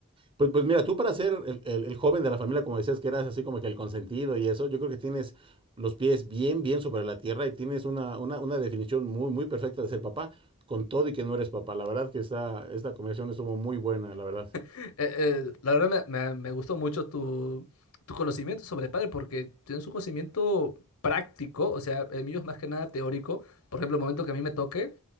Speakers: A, on the right (about 25°); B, on the left (about 80°).
A: Pues, pues mira, tú para ser el, el- el joven de la familia, como decías, que eras así como que el consentido y eso, yo creo que tienes los pies bien, bien sobre la tierra y tienes una, una, una definición muy, muy perfecta de ser papá, con todo y que no eres papá. La verdad que esta, esta conversación estuvo muy buena, la verdad.
B: Eh, eh, la verdad me, me- me gustó mucho tu, tu conocimiento sobre padre porque tienes un conocimiento práctico, o sea, el mío es más que nada teórico. Por ejemplo, el momento que a mí me toque,